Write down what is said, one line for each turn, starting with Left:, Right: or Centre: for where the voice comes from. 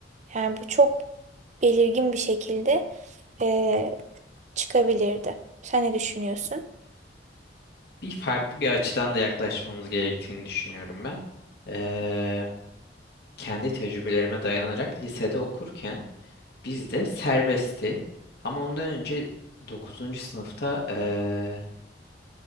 Right: Yani bu çok belirgin bir şekilde e, çıkabilirdi. Sen ne düşünüyorsun?
Left: bir farklı bir açıdan da yaklaşmamız gerektiğini düşünüyorum ben. Eee, kendi tecrübelerime dayanarak lisede okurken bizde serbestti. Ama ondan önce dokuzuncu sınıfta eee,